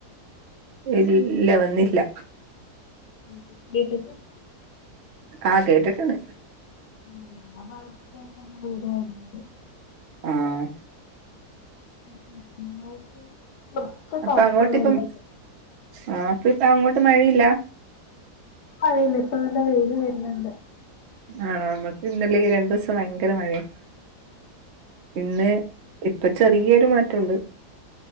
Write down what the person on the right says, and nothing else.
ഇല്ല വന്നില്ല
ആഹ് കേട്ടിട്ടുണ്ട്.
ആഹ്
അപ്പൊ
അങ്ങോട്ടിപ്പം
ആഹ് അപ്പൊ ഇപ്പൊ അങ്ങോട്ട് മഴയില്ല
ആണോ നമ്മുക്ക് ഇന്നലെ ഈ രണ്ടു ദിവസം ഭയങ്കര മഴയാ പിന്നെ ഇപ്പം ചെറിയൊരു മാറ്റമുണ്ട്